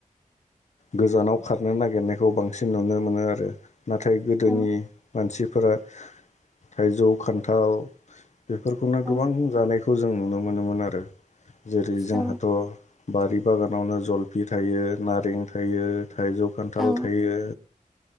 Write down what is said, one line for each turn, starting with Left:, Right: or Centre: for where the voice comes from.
Left: गोजानाव खारनो नागिरनायखौ बांसिन नुनो मोनो आरो। नाथाय गोदोनि
Centre: औ
Left: मानसिफोरा थाइजौ खान्थाल बेफोरखौनो
Centre: औ
Left: गोबां जानायखौ जों नुनो मोनोमोन आरो जेरै जोंहाथ'
Centre: औ
Left: बारि बागानावनो जलफि थायो नारें थायो थाइजौ खान्थाल
Centre: औ
Left: थायो।